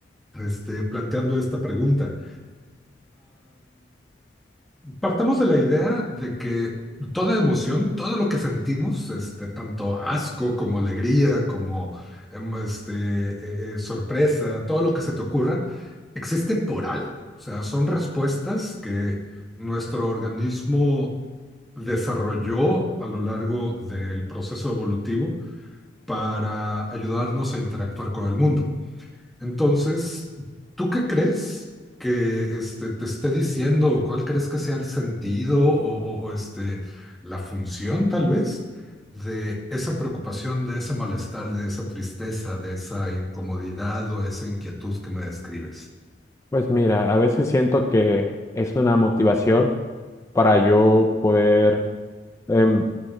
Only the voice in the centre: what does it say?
este, planteando esta pregunta. Partamos de la idea de que toda emoción, todo lo que sentimos, este, tanto asco como alegría, como em, este, eh, eh, sorpresa, todo lo que se te ocurra, existe por algo. O sea, son respuestas que nuestro organismo desarrolló a lo largo del proceso evolutivo para ayudarnos a interactuar con el mundo. Entonces, ¿tú qué crees que este, te esté diciendo? ¿Cuál crees que sea el sentido o, o- o, este, la función, tal vez, de esa preocupación, de ese malestar, de esa tristeza, de esa incomodidad o esa inquietud que me describes?